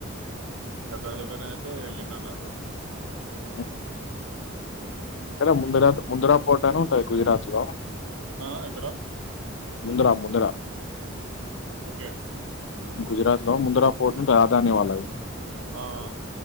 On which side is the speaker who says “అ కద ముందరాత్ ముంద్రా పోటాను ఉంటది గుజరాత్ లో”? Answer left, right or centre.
Left